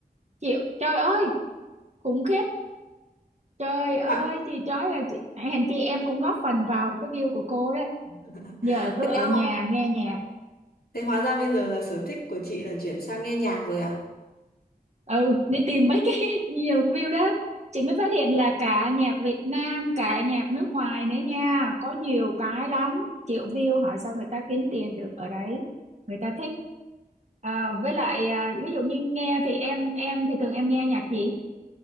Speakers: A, on the right; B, on the left.
A: triệu trời ơi khủng khiếp trời ơi
B: thế mà
A: chị nói là chị hèn chi em cũng góp phần vào cái view của cô đấy
B: <laughs>
A: giờ cứ
B: thế
A: ở
B: ra
A: nhà nghe nhạc
B: thế hóa ra bây giờ là sở thích của chị là chuyển sang nghe nhạc rồi à
A: ừ đi tìm mấy cái <laughs> nhiều view đó chị mới phát hiện là cả nhạc Việt Nam cả nhạc nước ngoài nữa nha có nhiều cái lắm triệu view hỏi sao người ta kiếm tiền được ở đấy người ta thích à, với lại à, ví dụ như nghe thì em em thì thường em nghe nhạc gì